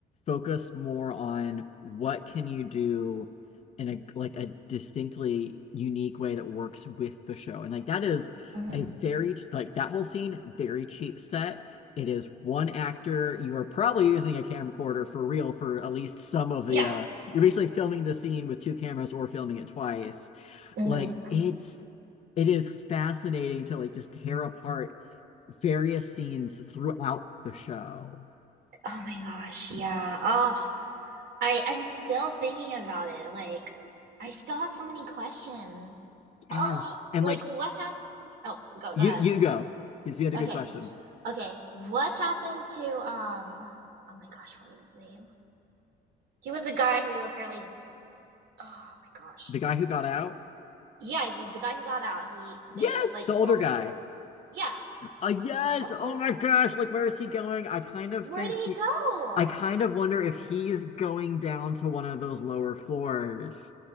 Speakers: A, on the left (about 40°); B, on the right (about 75°).
A: focus more on what can you do in a like a distinctly unique way that works with the show. And like that is
B: Mm-hmm.
A: a very like that whole scene, very cheap set it is one actor. You are probably using a camcorder for real for at least some of the
B: Yeah.
A: uh you're basically filming the scene with two cameras or filming it twice.
B: Mhm.
A: Like it's it is fascinating to like just tear apart various scenes throughout the show.
B: Oh my gosh, yeah. Oh, I I'm still thinking about it. Like, I still have so many questions.
A: Yes.
B: Oh,
A: And
B: like
A: like
B: what happened? Oh, so go
A: you
B: go ahead.
A: you go because you had a
B: Okay,
A: good question.
B: okay. What happened to um? Oh my gosh, what was his name? He was the guy who apparently. Oh my gosh.
A: The guy who got out?
B: Yeah, the, the guy who got out. He they
A: Yes,
B: like
A: the
B: killed
A: older guy.
B: his character. Yeah.
A: Uh, yes.
B: What's
A: Oh
B: his name?
A: my gosh. Like, where is he going? I kind of
B: Where
A: think
B: did he
A: he,
B: go?
A: I kind of wonder if he's going down to one of those lower floors,